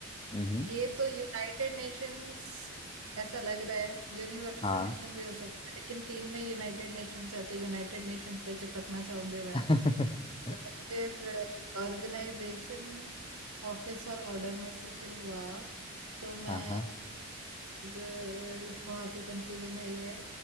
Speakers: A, on the left; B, on the right.
A: हम्म
B: ये तो यूनाइटेड नेशंस ऐसा लग रहा है यूनिवर्सल
A: हाँ
B: नेशंस भी हो सकते हैं लेकिन तीन में यूनाइटेड नेशंस है तो यूनाइटेड नेशंस पे चिपकना चाहूंगी मैं
A: <laughs>
B: और फिर ऑर्गेनाइजेशन ऑफिस और ऑर्डर में से फिर हुआ तो मैं
A: हाँ हाँ
B: अ, बहुत ही कंफ्यूजिंग है ये